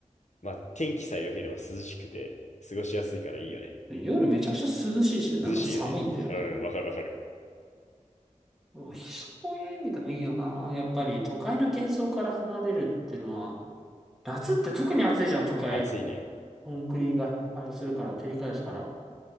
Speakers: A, on the left (about 65°); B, in the centre.
A: まあ天気さえ良ければ涼しくて過ごしやすいからいいよね。
B: 夜めちゃくちゃ涼しいし、なんなら寒いんだよな。
A: 涼しいよね。うん、わかるわかる。
B: うんそういう意味でもいいよな。やっぱり都会の喧騒から離れるってのは、夏って特に暑いじゃん、都会。
A: 暑いね。
B: コンクリがあれするから、照り返すから。